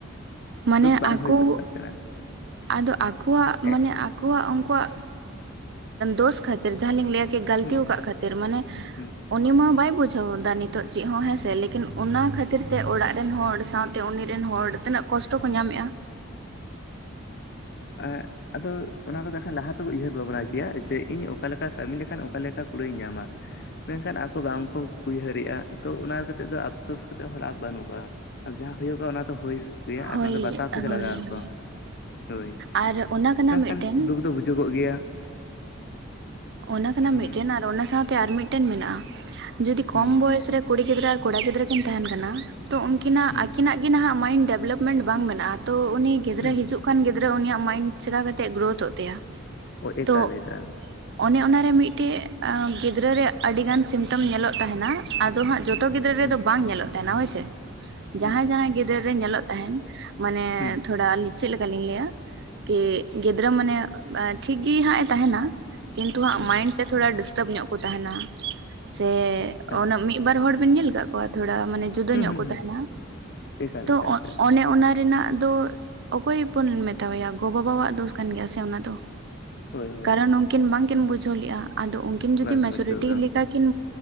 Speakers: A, on the right; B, on the left.
A: ᱢᱟᱱᱮ
B: ᱫᱩᱠ ᱵᱟᱝ
A: ᱟᱠᱚ
B: ᱦᱩᱭ ᱫᱚᱨᱠᱟᱨ ᱠᱟᱱᱟ
A: ᱟᱫᱚ ᱟᱠᱚᱣᱟᱜ ᱢᱟᱱᱮ
B: ᱮᱸᱜ
A: ᱟᱠᱚᱣᱟᱜ ᱩᱱᱠᱩᱣᱟᱜ ᱫᱳᱥ ᱠᱷᱟᱹᱛᱤᱨ ᱡᱟᱦᱟᱸ ᱞᱤᱧ ᱞᱟᱹᱭᱟ ᱠᱤ ᱜᱟᱹᱞᱛᱤ
B: ᱦᱩᱸ
A: ᱟᱠᱟᱫ ᱠᱷᱟᱹᱛᱤᱨ ᱠᱷᱟᱹᱛᱤᱨ ᱢᱟᱱᱮ
B: ᱦᱩᱸ
A: ᱩᱱᱤ ᱢᱟ ᱵᱟᱭ ᱵᱩᱡᱷᱟᱹᱣ ᱮᱫᱟ ᱱᱤᱛᱚᱜ ᱪᱮᱫ ᱦᱚᱸ ᱦᱮᱸᱥᱮ
B: ᱦᱩᱸ
A: ᱞᱮᱠᱤᱱ ᱚᱱᱟ ᱠᱷᱟᱹᱛᱤᱨ ᱠᱷᱟᱹᱛᱤᱨ ᱛᱮ ᱚᱲᱟᱜ ᱨᱮᱱ ᱦᱚᱲ ᱥᱟᱶᱛᱮ ᱩᱱᱤ ᱨᱮᱱ ᱦᱚᱲ ᱛᱤᱱᱟᱹᱜ ᱠᱚᱥᱴᱚ ᱠᱚ ᱧᱟᱢᱮᱫ-ᱟ
B: ᱮᱸ ᱟᱫᱚ ᱚᱱᱟ ᱠᱚᱫᱚ ᱮᱠᱷᱟᱱ ᱞᱟᱦᱟ ᱛᱮᱠᱚ ᱩᱭᱦᱟᱹᱨ ᱵᱷᱟᱵᱽᱱᱟ ᱜᱮᱭᱟ ᱡᱮ ᱤᱧ ᱚᱠᱟ ᱞᱮᱠᱟ ᱠᱟᱹᱢᱤ ᱞᱮᱠᱷᱟᱱ ᱚᱠᱟ ᱞᱮᱠᱟ ᱠᱩᱲᱟᱹᱭᱧ ᱧᱟᱢᱟ᱾ ᱢᱮᱱᱠᱷᱟᱱ ᱟᱠᱚ ᱵᱟᱝᱠᱚ ᱩᱭᱦᱟᱹᱨᱮᱜ-ᱟ ᱛᱚ ᱚᱱᱟ ᱠᱟᱛᱮ ᱫᱚ ᱟᱯᱥᱳᱥ ᱠᱟᱛᱮᱫ ᱦᱚᱸ ᱞᱟᱵᱷ ᱵᱟᱹᱱᱩᱜᱼᱟ ᱟᱨ ᱡᱟᱦᱟᱸ ᱦᱩᱭᱩᱜ-ᱟ ᱚᱱᱟ ᱫᱚ ᱦᱩᱭ ᱜᱮᱭᱟ
A: ᱦᱳᱭ
B: ᱟᱨ ᱚᱱᱟ ᱫᱚ ᱵᱟᱛᱟᱣ ᱛᱮᱜᱮ
A: ᱦᱳᱭ
B: ᱞᱟᱜᱟᱣ ᱟᱠᱚᱣᱟ
A: ᱦᱳᱭ
B: ᱦᱳᱭ
A: ᱟᱨ ᱚᱱᱟ ᱠᱟᱱᱟ
B: ᱢᱮᱱᱠᱷᱟᱱ
A: ᱢᱤᱫᱴᱮᱱ
B: ᱫᱩᱠ ᱫᱚ ᱵᱩᱡᱩᱜᱚᱜ ᱜᱮᱭᱟ
A: ᱚᱱᱟ ᱠᱟᱱᱟ
B: ᱦᱩᱸ
A: ᱢᱤᱫᱴᱮᱱ ᱟᱨ ᱚᱱᱟ ᱥᱟᱶᱛᱮ ᱟᱨ ᱢᱤᱫᱴᱮᱱ ᱢᱮᱱᱟᱜ-ᱟ ᱡᱩᱫᱤ ᱠᱚᱢ
B: ᱦᱩᱸ
A: ᱵᱚᱭᱮᱥ ᱨᱮ ᱠᱩᱲᱤ ᱜᱤᱫᱽᱨᱟᱹ ᱟᱨ ᱠᱚᱲᱟ ᱜᱤᱫᱽᱨᱟᱹ ᱠᱤᱱ ᱛᱟᱦᱮᱱ ᱠᱟᱱᱟ ᱛᱚ ᱩᱱ ᱩᱱᱠᱤᱱᱟᱜ
B: ᱦᱩᱸ
A: ᱟᱹᱠᱤᱱᱟᱜ ᱜᱮ ᱱᱟᱦᱟᱜ ᱢᱟᱭᱤᱱᱰ ᱰᱮᱵᱷᱞᱚᱯᱢᱮᱱᱴ ᱵᱟᱝ ᱢᱮᱱᱟᱜ-ᱟ ᱛᱚ ᱩᱱᱤ ᱜᱤᱫᱽᱨᱟᱹ
B: ᱦᱩᱸ
A: ᱦᱤᱡᱩᱜ ᱠᱟᱱ ᱜᱤᱫᱽᱨᱟᱹ ᱩᱱᱤᱭᱟᱜ ᱢᱟᱭᱤᱱᱰ ᱪᱮᱠᱟ ᱠᱟᱛᱮᱜ ᱜᱨᱳᱛᱚᱜ ᱛᱟᱭᱟ
B: ᱮᱠᱟᱞ
A: ᱛᱚ
B: ᱮᱠᱟᱞ
A: ᱚᱱᱮ ᱚᱱᱟᱨᱮ ᱢᱤᱫᱴᱮᱡ ᱜᱤᱫᱽᱨᱟᱹ ᱨᱮ ᱟᱹᱰᱤ ᱜᱟᱱ ᱥᱤᱢᱴᱢ ᱧᱮᱞᱚᱜ ᱛᱟᱦᱮᱱᱟ ᱟᱫᱚ ᱦᱟᱸᱜ ᱡᱚᱛᱚ ᱡᱷᱚᱛᱚ ᱜᱤᱫᱽᱨᱟᱹ ᱨᱮᱫᱚ
B: ᱦᱩᱸ
A: ᱵᱟᱝ ᱧᱮᱞᱚᱜ ᱛᱟᱦᱮᱱᱟ ᱦᱳᱭᱥᱮ ᱡᱟᱦᱟᱸᱭ
B: ᱦᱩᱸ
A: ᱡᱟᱦᱟᱸᱭ ᱜᱤᱫᱽᱨᱟᱹ ᱨᱮ ᱧᱮᱞᱚᱜ ᱛᱟᱦᱮᱱ, ᱢᱟᱱᱮ
B: ᱦᱩᱸ
A: ᱛᱷᱚᱲᱟ ᱟᱞᱤ ᱪᱮᱫ ᱞᱮᱠᱟᱞᱤᱧ ᱞᱟᱹᱭᱟ, ᱠᱮ ᱜᱤᱫᱽᱨᱟᱹ ᱢᱟᱱᱮ ᱴᱷᱤᱠ ᱜᱮ ᱦᱟᱸᱜ ᱮ ᱛᱟᱦᱮᱱᱟ᱾ ᱠᱤᱱᱛᱩ ᱦᱟᱸᱜ
B: ᱦᱩᱸ
A: ᱢᱟᱭᱤᱱᱰ ᱛᱮ ᱛᱷᱚᱲᱟ ᱰᱤᱥᱴᱟᱵᱽ ᱧᱚᱜ ᱠᱚ ᱛᱟᱦᱮᱱᱟ, ᱥᱮ
B: ᱟᱪᱪᱷᱟ
A: ᱚᱱᱟ ᱢᱤᱫ ᱢᱤᱫ ᱵᱟᱨ ᱦᱚᱲ ᱵᱮᱱ ᱧᱮᱞ ᱟᱠᱟᱫ ᱠᱚᱣᱟ ᱛᱷᱚᱲᱟ ᱢᱟᱱᱮ ᱡᱩᱫᱟᱹ
B: ᱦᱩᱸ
A: ᱧᱚᱜ
B: ᱦᱩᱸ
A: ᱠᱚ
B: ᱦᱩᱸ
A: ᱛᱟᱦᱮᱱᱟ
B: ᱮᱠᱟᱞ
A: ᱛᱚ
B: ᱮᱠᱟᱞ ᱮᱠᱟᱞ
A: ᱚᱱᱮ ᱚᱱᱟ ᱨᱮᱱᱟᱜ ᱫᱚ ᱚᱠᱚᱭ ᱵᱚᱱ ᱢᱮᱛᱟᱣᱟᱭᱟ ᱜᱚ ᱵᱟᱵᱟᱣᱟᱜ ᱫᱳᱥ ᱠᱟᱱ ᱜᱮᱭᱟ ᱥᱮ ᱚᱱᱟ ᱫᱚ?
B: ᱦᱳᱭ ᱦᱳᱭ
A: ᱠᱟᱨᱚᱱ ᱩᱱᱠᱤᱱ ᱵᱟᱝᱠᱤᱱ ᱵᱩᱡᱷᱟᱹᱣ ᱞᱮᱼᱟ ᱟᱫᱚ ᱩᱱᱠᱤᱱ ᱡᱩᱫᱤ
B: ᱵᱟᱝ
A: ᱢᱮᱡᱚᱨᱤᱴᱤ
B: ᱜᱮ ᱵᱩᱡᱷᱟᱹᱣ ᱠᱟᱱᱟ
A: ᱞᱮᱠᱟ ᱠᱤᱱ